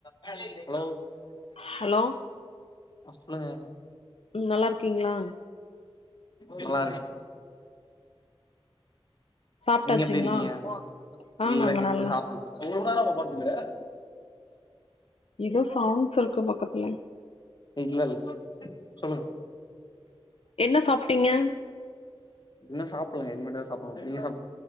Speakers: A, on the left; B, on the left.
A: hello
B: hello
A: ஆ சொல்லுங்க
B: ம் நல்லாருக்கீங்ளா
A: நல்லாருக்கே
B: சாப்ட்டாச்சுங்களா
A: நீங்க எப்டி இருக்கீங்க
B: ஆ
A: இல்லங்க
B: நாங்க
A: இன்னு
B: நல்லா
A: சாப்புல்ல
B: ஏதோ சவுண்ட்ஸ் இருக்கு பக்கத்துல
A: இல்ல இல்ல சொல்லுங்க
B: என்ன சாப்ட்டீங்க
A: இன்னு சாப்புல்லங்க இனிமேட்டுதா சா பட்னு நீங்க சாப்